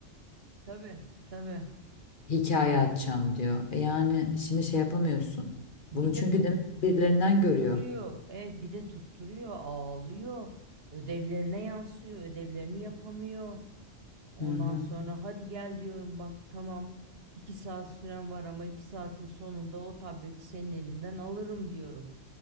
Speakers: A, on the right; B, on the left.
A: Tabii tabii.
B: Hikaye atacağım diyor. E yani şimdi şey yapamıyorsun.
A: Bir
B: Bunu
A: de
B: çünkü demek birilerinden görüyor.
A: tutturuyor. Evet bir de tutturuyor, ağlıyor. Ödevlerine yansıyor, ödevlerini yapamıyor. Ondan
B: Hı hı.
A: sonra hadi gel diyorum bak tamam iki saat süren var ama iki saatin sonunda o tableti senin elinden alırım diyorum.